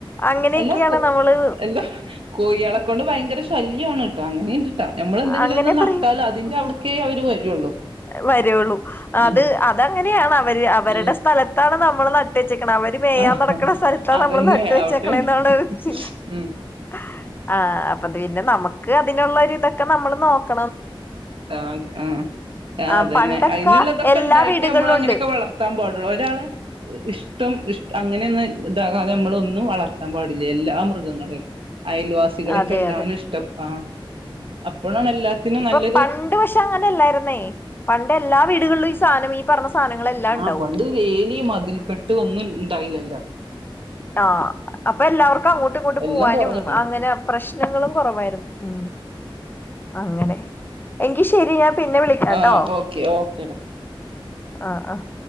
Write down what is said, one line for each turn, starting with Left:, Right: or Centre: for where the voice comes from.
Left: അങ്ങനെയൊക്കെയാണ്
Right: എല്ലാഒക്കും
Left: നമ്മള്
Right: എന്താ കോഴികളെ കൊണ്ട് ഭയങ്കര ശല്യാണ്- അങ്ങനെയുണ്ട്ട്ടാ നമ്മൾ എന്തെങ്കിലും
Left: അങ്ങനെ
Right: ഒന്ന്
Left: പറയും
Right: നട്ടാൽ അതിന്റെ
Left: ഉ
Right: അവിടക്കേ അവര് വരുള്ളൂ
Left: വരുുള്ളൂ അത്
Right: ഉം
Left: അതങ്ങനെയാണ് അവര് അവരുടെ
Right: ഉം
Left: സ്ഥലത്തണ നമ്മ- വളന്നാൽ- വെച്ചെക്കണഅവര് മേയാൻ
Right: ആഹ്
Left: നടക്കണ സ്ഥലത്ത
Right: അതന്നെ
Left: നമ്മൾ നട്ട് വെച്ചക്കണേന്നൊളളരുചി---ആ-
Right: അവിടെയാണ് ഉം
Left: അത് പിന്നെ നമക്ക് അതിനുള്ളരു ഇതൊക്കെ നമ്മൾ നോക്ക്
Right: ആ ആ
Left: ആഹ്
Right: അതന്നെ
Left: പണ്ടൊക്കെ
Right: അതിനുള്ളതൊക്കെ
Left: എല്ലാ
Right: ഉണ്ടായിട്ട്
Left: വീടുകളിലും
Right: നമ്മൾ അങ്ങനെയൊക്കെ
Left: ഉണ്ട്
Right: വളർത്താൻ പാടുള്ളൂ ഒരാള- ഇഷ്ടം ഇഷ് അങ്ങനെയന്ന്- ഇതാകാതെ നമ്മള ഒന്നും വളർത് ത്താൻപാടില്ല എല്ലാ മൃഗങ്ങളേ- അയൽവാസികൾക്ക്
Left: അതെ
Right: എല്ലാനു
Left: അതെ
Right: ഇഷ്ടം ആ അപ്പോഴാണൽ എാത്തിും
Left: ഇപ്പൊ
Right: നല്ല
Left: പണ്ട് പക്ഷെ അങ്ങനെയല്ലായിരുന്നേ പണ്ട് എല്ലാ വീടുകളിലും ഈ സാധനം പറഞ്ഞ സാധനങ്ങളെല്ലാം ഉണ്ടാവും
Right: ആ് പണ്ട് ലേലി മതിൽക്കെട്ട് ഒന്നും ഇണ്ടായില്ലല്ലോ
Left: ആ അപ്പൊ എല്ലാവർക്കും അപ്പൊ അങ്ങോട്ടും ഇങ്ങോട്ട്
Right: എല്ലാം
Left: പോവാനും
Right: തുറന്നിട്ടില്ലേ
Left: അങ്ങനെ പ്രശ്നങ്ങളും കുറവായിരുന്നു ഉ അങ്ങനെ എങ്കി ശരി ഞാൻ പിന്നെ വിളിക്കാട്ടോ
Right: ആഹ് ഓക്കെ ഓക്കേടാ
Left: ആഹ ആഹ്